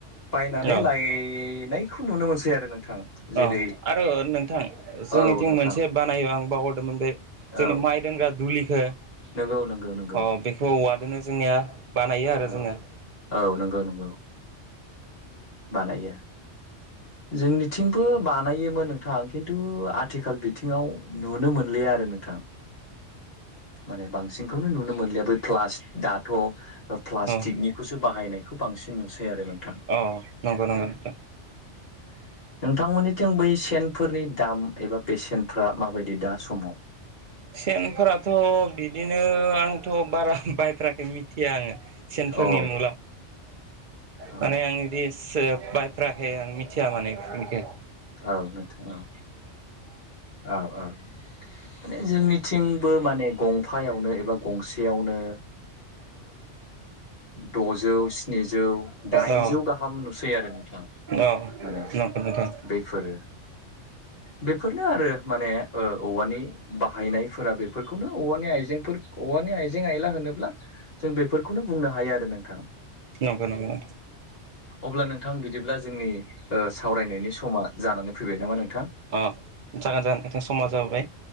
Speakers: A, on the left; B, on the right.
A: बायनानै
B: औ
A: लायनायखौ नुनो मोनसै आरो नोंथां जेरै
B: अ आरो नोंथां जोंनिथिं
A: औ नोंथां
B: मोनसे बानायो आं बावहरदोंमोन बे जोंनि
A: औ
B: माइ दोनग्रा दुलिखौ अ
A: नंगौ नंगौ नंगौ
B: बेखौ औवादो जोंनिया बानायो आरो
A: औ
B: जोङो
A: औ नंगौ नंगौ बानायो जोंनिथिंबो बानायोमोन नोंथां खिन्थु आथि आथिखाल बिथिङाव नुनो मोनलिया आरो नोंथां माने बांसिनखौनो नुनो मोनलिया बै प्लास दाथ' प्लास्टिकनिखौसो
B: औ
A: बाहायनायखौ बांसिन नुसै आरो नो
B: अ नंगौ नंगौ
A: <inaudible> नोंथांमोननिथिं बै सेनफोरनि दाम एबा बेसेनफ्रा माबायदि दा समाव
B: सेनफोराथ' बिदिनो आंथ' बारा बायफेराखै मिथिया आङो सेनफोरनि
A: अ
B: मुला
A: औ
B: माने आं बिदि सोब बायफेराखै आं मिथिया मानेखौ
A: औ नोंथां औ औ माने जोंनि थिंबो माने गंफायावनो एबा गंसेयावनो द'जौ स्निजौ दाइनजौ
B: औ
A: गाहाम नुसै आरो नोंथां
B: औ
A: माने
B: नंगौ नंगौ नोंथां
A: बेफोरो बेफोरनो आरो माने औवानि बाहायनायफोरा बेफोरखौनो औवानि आइजेंफोर औवानि आइजें आयला होनोब्ला जों बेफोरखौनो बुंनो हायो आरो नोंथाङा
B: नंगौ नंगौ
A: अब्ला नोंथां बिदिब्ला जोंनि सावरायनायनि समा जानानै फैबाय नामा नोंथां
B: अ जागोन जागोन नोंथां समा जाबाय